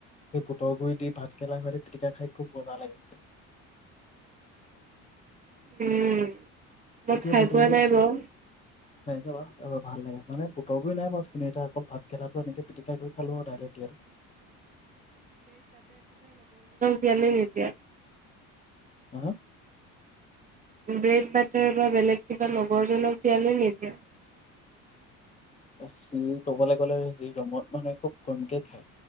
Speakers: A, on the left; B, on the right.
A: সেই বুটৰ গুৰি দি ভাতকৰেেলা খতে পিটিকা খাই খুব মজা লাগে
B: উম, মই
A: এতিয়া
B: খাই
A: বুটৰ
B: পোৱা
A: গুৰি
B: নাই বাৰু
A: খাই চাবা এবাৰ ভাল লাগে মানে বুটৰকো নাই বাৰু এতিয়া অকল ভাত কেলাটো এনেকে পিটিকাই কৰি খালো আৰু দাইলত দিয়
B: দিয়ানে নিদিয়া
A: হা
B: ব্ৰেড বাটাৰ বা বেলেগ কিবা লগৰজনক দিয়া নে নিদিয়া
A: সি ক'বলৈ গ'লে সি ৰুমত মানে খুব কমকে খায়